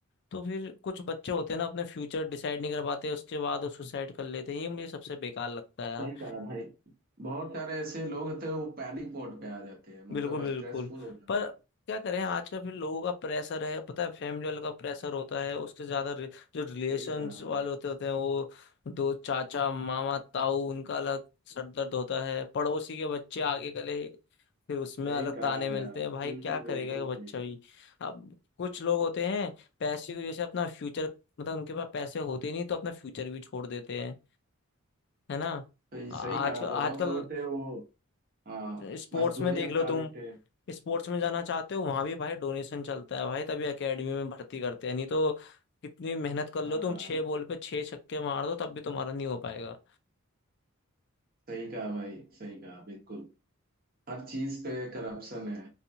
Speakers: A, on the left; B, on the right.
A: तो फिर कुछ बच्चे होते हैं ना अपने फ्यूचर डिसाइड नहीं कर पाते उसके बाद वो सुसाइड कर लेते हैं ये मुझे सबसे बेकार लगता है यार
B: सही कहा भाई बहुत सारे ऐसे लोग होते हैं वो पैनिक मोड पे आ जाते हैं
A: बिल्कुल
B: मतलब
A: बिल्कुल
B: स्ट्रेसफुल हो जाते
A: पर
B: हैं
A: क्या करें आजकल फिर लोगों का प्रेशर है पता है फैमिली वालों का प्रेशर होता है उसके ज्यादा रि- जो रिलेशंस
B: सही कहा
A: वाले होते होते हैं वो दो चाचा मामा ताऊ उनका अलग सर दर्द होता है पड़ोसी के बच्चे आगे गले फिर उसमें
B: सही
A: अलग
B: कहा
A: ताने मिलते
B: यार
A: हैं भाई
B: बिल्कुल
A: क्या करेगा
B: बिल्कुल
A: ये बच्चा
B: सही कहा
A: भी अब कुछ लोग होते हैं पैसे की वजह से अपना फ्यूचर मतलब उनके पास पैसे होते नहीं तो अपना फ्यूचर भी छोड़ देते हैं है ना
B: सही
A: आ-
B: सही
A: आजकल
B: कहा
A: आजकल
B: बहुत लोग होते हैं वो हाँ
A: स्पोर्ट्स
B: मजदूरी
A: में देख
B: अपना
A: लो तुम
B: लेते हैं
A: स्पोर्ट्स में जाना चाहते हो वहां भी भाई डोनेशन चलता है भाई तभी एकेडमी में भर्ती करते हैं नहीं तो कितनी मेहनत कर लो
B: हाँ
A: तुम
B: हाँ
A: छह
B: हाँ।
A: बॉल पे छह छक्के मार दो तब भी तुम्हारा नहीं हो पाएगा
B: सही कहा भाई सही कहा बिल्कुल हर चीज पे करप्शन है